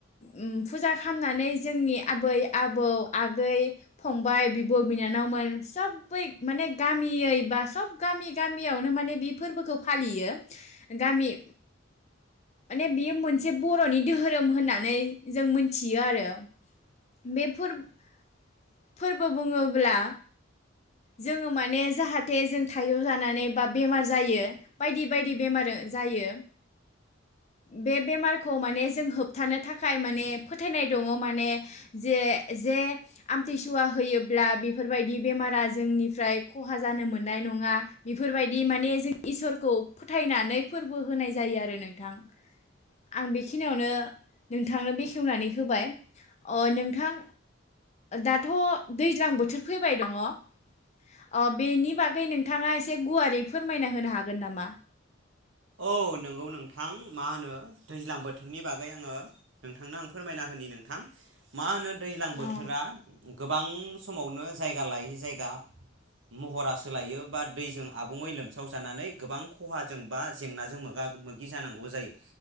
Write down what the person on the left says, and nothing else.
उम फुजा खालामनानै जोंनि आबै आबौ आगै फंबाइ बिब' बिनानावमोन सबै माने गामियै बा सब गामि गामियावनो माने बे फोरबोखौ फालियो। गामि। माने बियो मोनसे बर'नि दोहोरोम होननानै जों मोनथियो आरो बे फोर-फोरबो बुङोब्ला जोङो माने जाहाथे जों थाइजौ जानानै बा बेमार जायो बायदि बायदि बेमारो जायो। बे बेमारखौ माने जों होबथानो थाखाय माने फोथायनाय दङ माने जे जे आमथिसुवा होयोब्ला बिफोरबायदि बेमारा जोंनिफ्राय खहा जानो मोननाय नङा बिफोरबायदि माने जों इसोरखौ फोथायनानै फोरबो होनाय जायो आरो नोंथां। आं बेखिनियावनो नोंथांनो बेखेवनानै होबाय अ नोंथां दाथ' दैज्लां बोथोर फैबाय दङ अ बेनि बागै नोंथाङा एसे गुवारै फोरमायना होनो हागोन नामा?
अ